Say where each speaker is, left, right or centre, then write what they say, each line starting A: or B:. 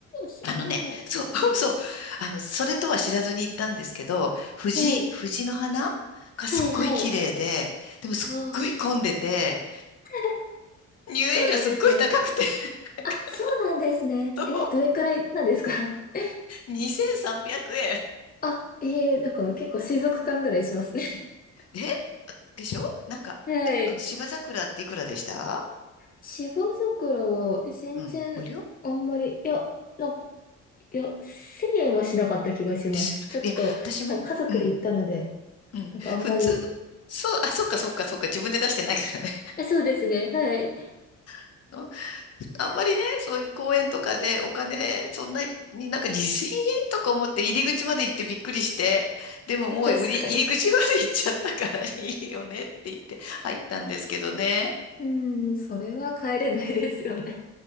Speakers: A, on the left; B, on the left.
A: し、
B: あのね、
A: 今、
B: そう、<laughs>
A: はい。
B: そう、あの、それとは知らずに行ったんですけど、藤、
A: はい。
B: 藤の花がすっごい綺麗で、
A: はいはい。
B: でもすっごい混んでて、
A: ああ、いいですね。<laughs>
B: 入園料すっごい高くて、
A: そうなんですね。
B: <laughs>
A: あ、そうなんですね。
B: そ
A: え、どれくらいなんですか <laughs>
B: うにせん2300円。
A: あ、えー、なんか結構水族館ぐらいしますね。<laughs>
B: で、でしょなんか、
A: はい。
B: あの、芝桜っていくらでした
A: 芝桜はえ全然あんまり、
B: うん、無料
A: いや、な、いや、1000円はしなかった気がします。
B: です。
A: ちょっと、
B: いや、私も、
A: はい、家族で行ったので、
B: うん、うん、
A: なんかあんまり、
B: 普通、そう、あ、そっかそっかそっか、自分で出してないからね。
A: えそうですね、はい。
B: <laughs> あのあんまりね、そういう公園とかでお金、そんなになんか2000円とか思って入り口まで行ってびっくりして、でももう売り、
A: <laughs> 確かに。
B: 入り口まで行っちゃったからいいよねって言って入ったんですけどね。
A: うん、それは帰れないですよね。